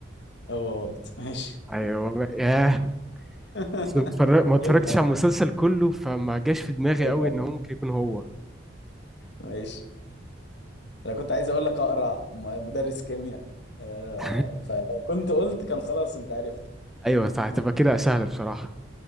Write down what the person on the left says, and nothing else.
هو وايت ماشي
<laughs>
بعيد
ماشي
يا
عم،
ماشي انا كنت عايز اقول لك اقرع م- مدرس كيمياء آه
فلو كنت قلت كان خلاص انت عرفته
ماشي